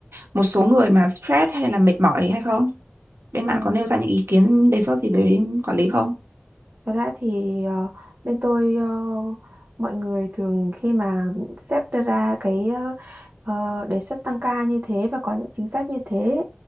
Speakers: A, on the right (about 75°); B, on the right (about 50°).
A: một số người mà stress hay là mệt mỏi hay không? bên
B: Ừ.
A: bạn có nêu ra những ý kiến đề xuất gì về đến quản lý không?
B: Thật ra thì ờ, bên tôi ờ, mọi người thường khi mà sếp đưa ra cái ờ, ờ, đề xuất tăng ca như thế và có những chính sách như thế